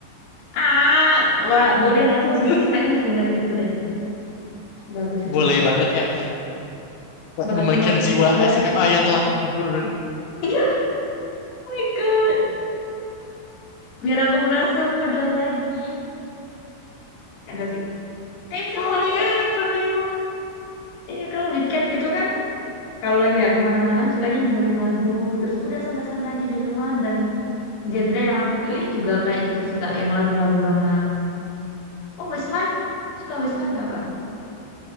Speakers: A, on the left (about 60°); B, on the left (about 80°).
A: Ah, wah, boleh nih. Aku
B: <laughs>
A: habis ini kayaknya harus dengerin itu deh. Bagus itu.
B: Boleh banget Kak.
A: Bakal
B: Memainkan
A: aku masukin
B: jiwa
A: ke playlist.
B: SMA
A: <laughs>
B: yang telah kubur.
A: Iya, oh my God. Biar aku merasa muda lagi. Ada sih. Kayaknya
B: Forever
A: kalau aku,
B: you.
A: iya kalau weekend gitu kan. Kalau lagi ya kemana-mana, sukanya dengerin lagu. Terus udah santai-santai aja di rumah. Dan genre yang aku pilih juga kayak gitu sih, Kak. Yang lagu-lagu lama. Oh, Westlife. Suka Westlife nggak, Kak?